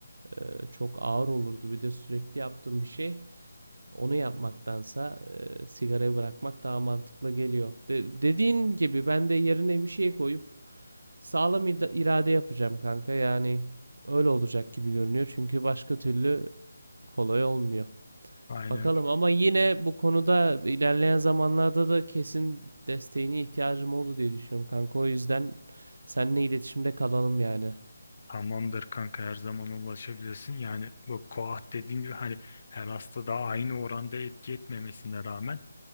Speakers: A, on the right; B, on the left.
A: e, çok ağır olurdu. Bir de sürekli yaptığım bir şey. Onu yapmaktansa e, sigarayı bırakmak daha mantıklı geliyor. De- dediğin gibi ben de yerine bir şey koyup sağlam ida- irade yapacağım kanka. Yani öyle olacak gibi görünüyor. Çünkü başka türlü kolay olmuyor.
B: Aynen.
A: Bakalım ama yine bu konuda ilerleyen zamanlarda da kesin desteğine ihtiyacım oldu diye düşünüyorum kanka. O yüzden seninle iletişimde kalalım yani.
B: Tamamdır kanka her zaman ulaşabilirsin. Yani bu koah dediğim gibi hani her hastada aynı oranda etki etmemesine rağmen